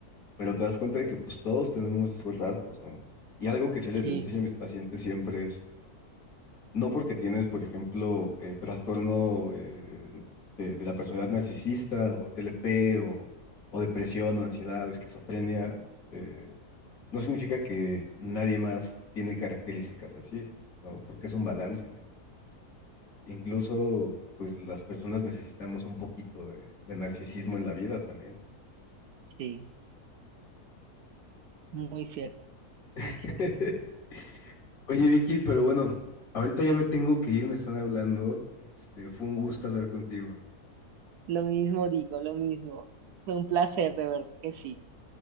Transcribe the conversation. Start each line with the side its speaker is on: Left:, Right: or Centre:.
Left: pero te das cuenta de que pues todos tenemos esos rasgos, ¿no? Y algo que sí les
Right: Sí,
Left: enseño a mis pacientes siempre es, no porque tienes, por ejemplo, eh, trastorno eh, de, de la personalidad narcisista o TLP o, o depresión o ansiedad o esquizofrenia, eh, no significa que nadie más tiene características así, ¿no? Porque es un balance. Incluso, pues las personas necesitamos un poquito de, de narcisismo en la vida también.
Right: sí, muy cierto, muy
Left: <laughs>
Right: cierto.
Left: Oye, Vicky, pero bueno, ahorita ya me tengo que ir, me están hablando. Este, fue un gusto hablar contigo.
Right: Lo mismo digo, lo mismo. Fue un placer de verte que sí.